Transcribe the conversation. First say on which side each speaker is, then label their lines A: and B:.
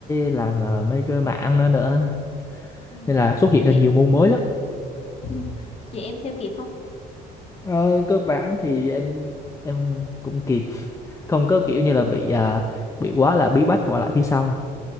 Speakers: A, on the left; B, on the left.
A: làm ờ, mấy cái mảng nữa nữa
B: ừ,
A: nên là xuất hiện ra
B: vậy
A: nhiều môn mới lắm
B: <laughs> vậy em theo kịp không
A: ờ, cơ bản thì em em cũng kịp không có kiểu như
B: à,
A: là bị à, bị quá là bí bách bỏ lại phía sau